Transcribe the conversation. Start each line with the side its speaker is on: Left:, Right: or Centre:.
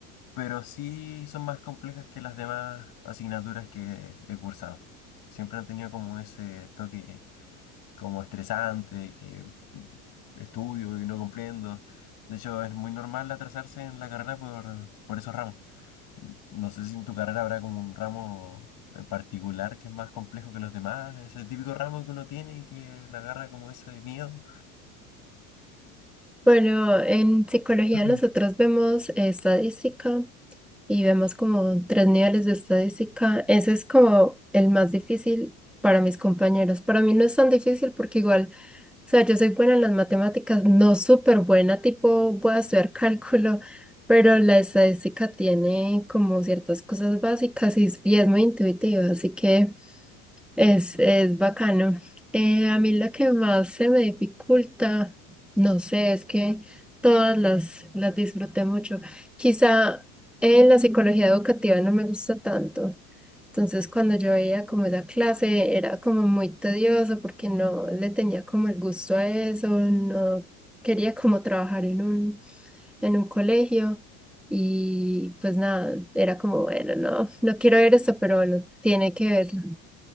Left: pero sí son más complejas que las demás asignaturas que he cursado. Siempre han tenido como ese toque como estresante, que estudio y no comprendo. De hecho, es muy normal atrasarse en la carrera por, por esos ramos. No sé si en tu carrera habrá como un ramo en particular que es más complejo que los demás, ese típico ramo que uno tiene y que le agarra como ese miedo.
Centre: Bueno, en psicología
Left: <clears throat>
Centre: nosotros vemos eh, estadística y vemos como tres niveles de estadística. Ese es como el más difícil para mis compañeros. Para mí no es tan difícil porque igual, o sea, yo soy buena en las matemáticas, no súper buena, tipo voy a estudiar <laughs> cálculo, pero la estadística tiene como ciertas cosas básicas y es y es muy intuitiva, así que... Es, es bacano. Eh, a mí la que más se me dificulta, no sé, es que todas las, las disfruté mucho. Quizá en la psicología educativa no me gusta tanto. Entonces, cuando yo veía como esa clase, era como muy tedioso porque no le tenía como el gusto a eso, no quería como trabajar en un, en un colegio. Y pues nada, era como, bueno, no, no quiero ver esto, pero bueno, tiene que verse